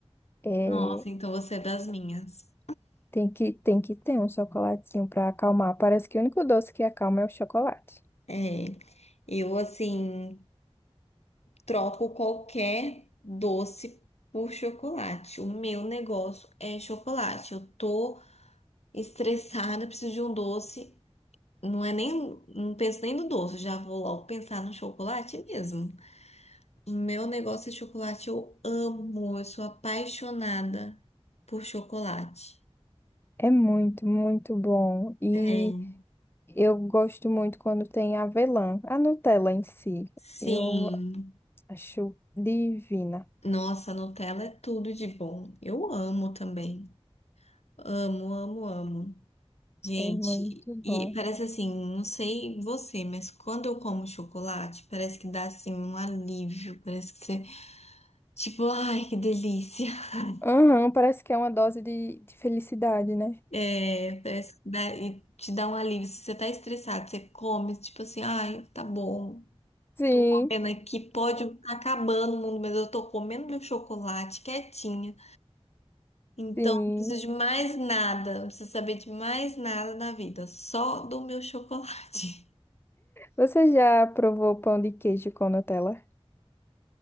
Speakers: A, on the left; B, on the left.
A: É,
B: Nossa, então você é das minhas.
A: tem que, tem que ter um chocolatinho pra acalmar. Parece que o único doce que acalma é o chocolate.
B: É, eu assim. troco qualquer doce por chocolate. O meu negócio é chocolate. Eu tô estressada, preciso de um doce. Não é nem, não penso nem no doce, já vou logo pensar no chocolate mesmo. O meu negócio é chocolate, eu amo, eu sou apaixonada por chocolate.
A: É muito, muito bom. E
B: É.
A: eu gosto muito quando tem avelã. A Nutella em si,
B: Sim,
A: eu acho divina.
B: nossa, Nutella é tudo de bom. Eu amo também. Amo, amo, amo. Gente,
A: É muito bom.
B: e parece assim, não sei você, mas quando eu como chocolate, parece que dá assim um alívio, parece que você, tipo, ai, que delícia. <laughs>
A: Aham, parece que é uma dose de, de felicidade, né?
B: É, parece que dá, e te dá um alívio. Se você tá estressado, você come, tipo assim, ai, tá bom.
A: Sim,
B: Comendo aqui, pode estar acabando o mundo, mas eu tô comendo meu chocolate quietinha. Então,
A: sim.
B: não preciso de mais nada, não preciso saber de mais nada na vida, só do meu chocolate.
A: Você já provou pão de queijo com Nutella?